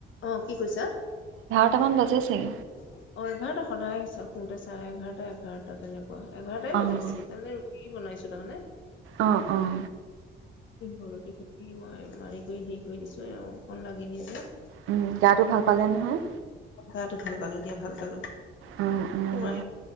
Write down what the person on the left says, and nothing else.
অহ, কি কৈছা?
অহ এঘাৰটা সদায় হিচাপ কৰোঁতে চাৰে এঘাৰটা, এঘাৰটা তেনেকুৱা শোৱা এঘাৰটাই
বাজে বেছি, তাৰমানে, ৰুটি বনাইছো তাৰমানে,
হল ৰুটি খিনি এই মই মাৰি, কৰি হেই কৰি দিছোঁ। এওঁ অকণ লাগি দিয়ে যে।
গাটো ভাল পালোঁ দিয়া, ভাল পালোঁ।
তোমাৰ